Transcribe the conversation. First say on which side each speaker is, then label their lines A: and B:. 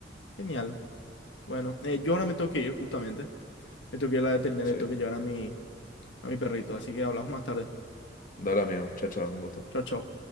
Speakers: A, on the left; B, on the left.
A: Genial. Bueno, eh, yo ahora me tengo que ir justamente. Me tengo que ir a la veterinaria
B: Sí.
A: y tengo que llevar a mi, a mi perrito, así que hablamos más tarde.
B: Dale, amigo. Chao, chao. Un gusto.
A: Chao, chao.